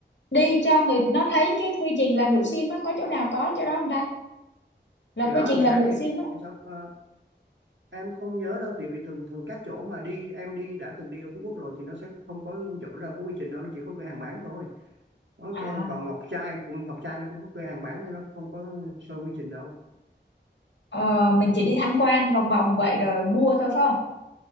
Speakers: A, on the left; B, on the right.
A: đi cho người nó thấy cái quy trình làm rượu sim á có chỗ nào có chỗ đó không ta là
B: thì
A: quy
B: đó
A: trình
B: thì sáng
A: làm rượu
B: ngày
A: sim á
B: em sau ờ, em không nhớ đâu tại vì thường thường các chỗ mà đi em đi đã từng đi ở Phú Quốc rồi thì nó sẽ không có chỗ nào có quy trình đâu nó chỉ có cửa hàng bán thôi ok
A: à
B: còn Ngọc Trai cũng Ngọc Trai nó cũng có cửa hàng bán nhưng nó không có show quy trình đâu
A: ờ, mình chỉ đi tham quan vòng vòng vậy rồi mua thôi phải không